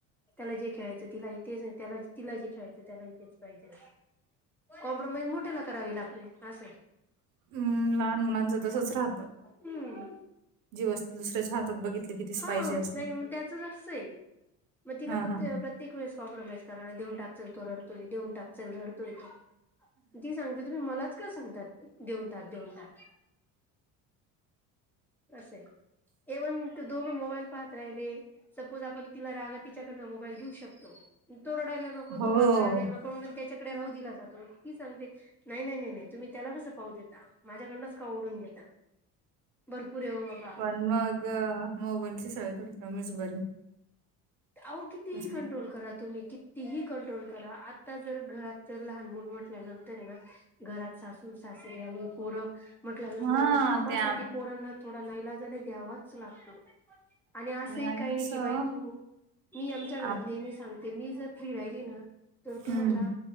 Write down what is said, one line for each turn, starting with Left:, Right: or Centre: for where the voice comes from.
Centre: त्याला जे खेळायचं तिलाही तेच नाही त्याला तिला जे खेळायचं त्याला हि तेेच पाहिजे कॉम्प्रोमाइज मोठ्याला करावी लागते ते अस
Right: हम्म लहान मुलांच तसच राहतं
Centre: हम्
Right: जी वस्तू दुसऱ्याच्या हातात बघितली की तीच
Centre: हा
Right: पाहिजे असते
Centre: नाही मग त्याच असंये मग तिला
Right: हां,
Centre: प्रत्येक
Right: हां, हां.
Centre: वेळी कॉम्प्रमाईज कराय देऊ टाकते चल तो रडतोय देऊन टाकल चल रडतोय तो ती सांगते तुम्ही मलाच का सांगतात देऊन टाक देऊन टाक असे ए वन टु दोघ मोबाईल पाहत राहिले सपोज आपण तिला राग तिला तिच्याकडन मोबाईल घेऊ शकतो तो रडायला नको
Right: हो.
Centre: तो मला त्रास द्यायला नको त्याच्या कडे राहू दिला जातो ती सांगते नाही नाही नाही तुम्ही त्याला कसं पाहू देता माझ्याकडनच का ओढून घेता भरपूर आहे हो बाबा
Right: पण मग मोबाईलची सवय थोडी कमीच बरी
Centre: अहो कितीही
Right: तसं
Centre: कंट्रोल करा तुम्ही कितीही कंट्रोल करा आता जर घरात तर लहान मुल म्ह लग्ना नंतर ना घरात सासूर सासरी आणि पोरं म्हटल्यानंतर
Right: हां,
Centre: ना कामासाठी
Right: ते ॲपने
Centre: पोरांना थोडा नाईलाजान द्यावाच लागतो आणि असंही
Right: आणि
Centre: काही
Right: कसं
Centre: नाही की बाई तू मी आमच्या घरात
Right: ॲप
Centre: नेहमी सांगते म्हणते मी जर फ्री राहिली ना तर तुम्हाला
Right: हं,